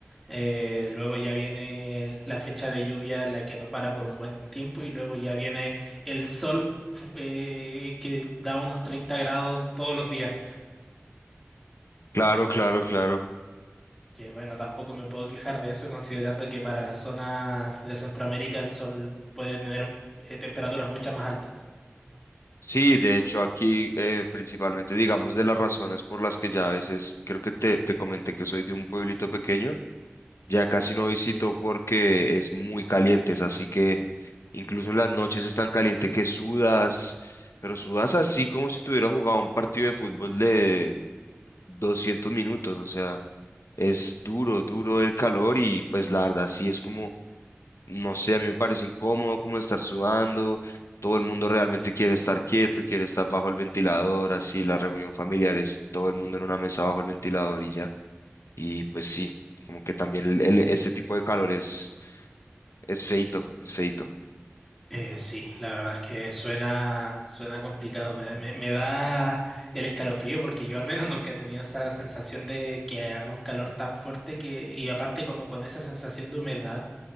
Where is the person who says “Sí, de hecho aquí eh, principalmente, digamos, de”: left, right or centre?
Left